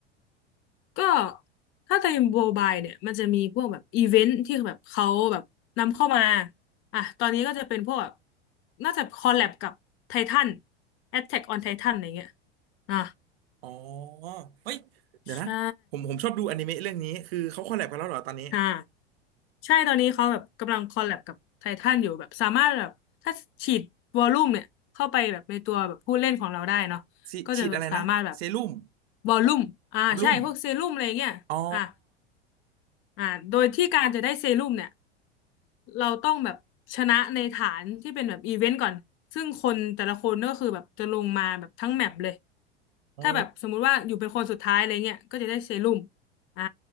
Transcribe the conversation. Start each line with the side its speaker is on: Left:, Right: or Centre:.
Left: ก็ถ้าในโบบายเนี่ยมันจะมีพวกแบบอีเวนต์ที่แบบเขาแบบนำเข้ามาอ่ะตอนนี้ก็จะเป็นพวกแบบน่าจะคอลแลบกับไททัน Attack on Titan อะไรเงี้ยอ่ะ
Right: อ๋อเฮ้ยเดี๋ยวนะผมผมชอบดูอนิเมะเรื่องนี้คือเขาคอลแลบกันแล้วเหรอตอนนี้
Left: ใช่อ่าใช่ตอนนี้เขาแบบกำลังคอลแลบกับไททันอยู่แบบสามารถแบบถ้าฉีดวอลลุ่มเนี่ยเข้าไปแบบในตัวแบบผู้เล่นของเราได้เนาะก็จะสามารถแบบ
Right: สิฉีดอะไรนะเซรุ่ม
Left: วอลลุ่มอ่าใช่พวกเซรุ่มอะไรเงี้ยอ่ะ
Right: รุ่มอ๋อ
Left: อ่าโดยที่การจะได้เซรุ่มเนี่ย เราต้องแบบชนะในฐานที่เป็นแบบอีเวนต์ก่อนซึ่งคนแต่ละคนก็คือแบบจะลงมาแบบทั้งแมปเลย
Right: โอ้
Left: ถ้าแบบสมมุติว่าอยู่เป็นคนสุดท้ายอะไรเงี้ยก็จะได้เซรุ่มอ่า